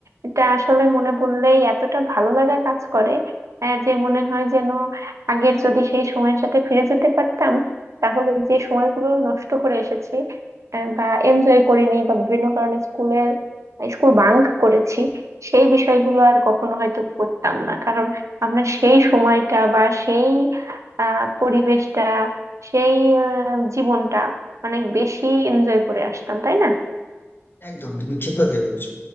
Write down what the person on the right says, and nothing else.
এটা আসলে মনে পড়লেই এতটা ভালো লাগা কাজ করে আহ, যে মনে হয় যেন আগের যদি সেই সময়ের সাথে ফিরে যেতে পারতাম তাহলে যে সময়গুলো নষ্ট করে এসেছি আহ, বা এনজয় করিনি বা বিভিন্ন কারণে স্কুলের স্কুল বাঙ্ক করেছি সেই বিষয়গুলো আর কখনো হয়তো করতাম না কারণ আমরা সেই সময়টা বা সেই আহ পরিবেশটা সেই আহ, জীবনটা অনেক বেশি এনজয় করে আসতাম তাই না